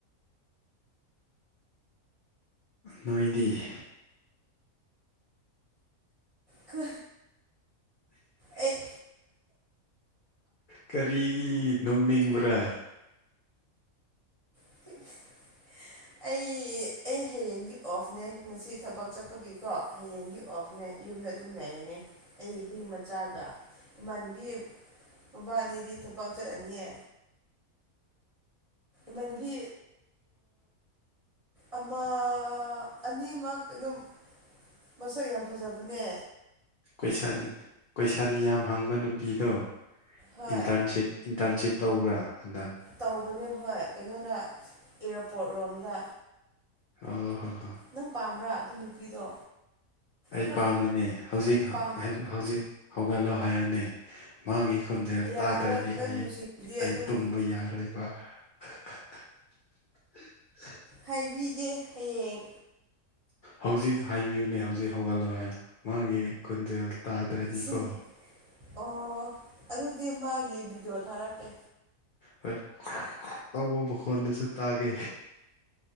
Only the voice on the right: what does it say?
ꯀ ꯑꯩ
<unintelligible> ꯑꯩ ꯑꯩ ꯍꯌꯦꯡꯒꯤ ꯑꯣꯐꯅꯦ ꯉꯁꯤ ꯊꯕꯛ ꯆꯠꯄꯒꯤꯀꯣ ꯍꯌꯦꯡꯒꯤ ꯑꯣꯐꯅꯦ ꯌꯨꯝꯗ ꯑꯗꯨꯝ ꯂꯩꯔꯅꯦ ꯑꯩ ꯍꯨꯏ ꯃꯆꯥꯒ ꯏꯃꯥꯟꯅꯕꯤ ꯃꯄꯥ ꯑꯅꯤꯗꯤ ꯊꯕꯛ ꯆꯠꯂꯅꯤꯌꯦ ꯃꯅꯕꯤ ꯑꯃ ꯑꯅꯤꯃꯛ ꯑꯗꯨꯝ ꯃꯁꯛ ꯌꯥꯝ ꯐꯖꯕꯅꯦ
ꯍꯣꯏ
ꯇꯧꯕꯅꯦ ꯍꯣꯏ ꯀꯩꯅꯣꯗ ꯏꯌꯥꯔꯄꯣꯔꯠ ꯔꯣꯝꯗ
ꯅꯪ ꯄꯥꯝꯕ꯭ꯔꯥ ꯑꯗꯨ ꯅꯨꯄꯤꯗꯣ
ꯈꯔ
ꯄꯥꯝ
ꯌꯥꯔꯣꯏ
ꯅꯪ
ꯅꯨꯡꯁꯤꯕꯗꯤ
ꯑꯗꯨꯝ
ꯍꯥꯏꯕꯤꯒꯦ ꯍꯌꯦꯡ
ꯁꯤꯡ ꯑꯣ ꯑꯗꯨꯗꯤ ꯃꯥꯒꯤ ꯚꯤꯗꯤꯑꯣ ꯊꯥꯔꯛꯀꯦ